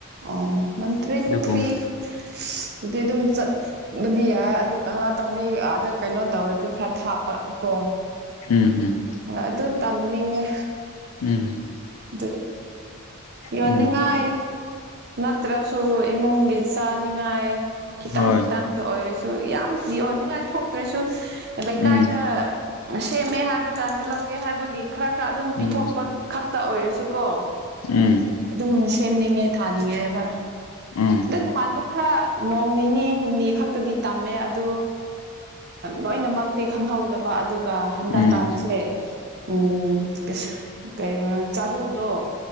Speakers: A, on the right (about 50°); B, on the left (about 85°).
A: ꯑꯣ ꯃꯟꯇ꯭ꯔꯤ
B: ꯑꯗꯨꯒꯨꯝ
A: ꯄꯨꯈ꯭ꯔꯤꯗꯤ ꯑꯗꯨꯝ ꯆꯠ ꯕꯨꯗꯤ ꯌꯥꯏ ꯑꯗꯨ ꯀꯪꯂꯥ ꯇꯣꯝꯕꯤ ꯑꯗ ꯀꯩꯅꯣ ꯇꯧꯔꯗꯤ ꯈꯔ ꯊꯥꯞꯄ ꯀꯣ
B: ꯎꯝ ꯍꯝ
A: ꯑꯗꯨ ꯇꯝꯅꯤꯡꯉꯦ
B: ꯎꯝ
A: ꯑꯗꯨ ꯀꯅꯤꯡꯉꯥꯏ
B: ꯎꯝ
A: ꯅꯠꯇ꯭ꯔꯁꯨ ꯏꯃꯨꯡꯒꯤ ꯆꯥꯅꯤꯡꯉꯥꯏ ꯈꯤꯇꯪ
B: ꯍꯣꯏ
A: ꯈꯤꯇꯪꯗ ꯑꯣꯏꯔꯁꯨ ꯌꯥꯝꯌꯣꯟꯅꯤꯡꯉꯥꯏ ꯊꯣꯛꯇ꯭ꯔꯁꯨ ꯂꯩꯀꯥꯏꯗ
B: ꯎꯝ
A: ꯁꯦꯝꯃꯦ ꯍꯥꯏꯕ ꯀꯥꯟꯗ ꯂꯧꯒꯦ ꯍꯥꯏꯕꯒꯤ ꯈꯔ ꯈꯔ ꯑꯗꯨꯝ
B: ꯎꯝ
A: ꯄꯤꯊꯣꯛꯄ ꯈꯛꯇ ꯑꯣꯏꯔꯁꯨ ꯀꯣ
B: ꯎꯝ
A: ꯑꯗꯨꯝ ꯁꯦꯝꯅꯤꯡꯉꯦ ꯊꯥꯅꯤꯡꯉꯦꯕ
B: ꯎꯝ
A: ꯑꯗꯨ ꯅꯍꯥꯟ ꯈꯔ ꯅꯣꯡ ꯅꯤꯅꯤ ꯍꯨꯝꯅꯤ ꯈꯛꯇꯗꯤ ꯇꯝꯃꯦ ꯑꯗꯨ ꯂꯣꯏꯅꯃꯛꯇꯤ ꯈꯪꯍꯧꯗꯕ ꯑꯗꯨꯒ ꯍꯟꯗꯛꯀꯥꯟꯁꯦ
B: ꯎꯝ
A: ꯎꯝ ꯀꯩꯅ ꯆꯥꯔꯨꯗꯣ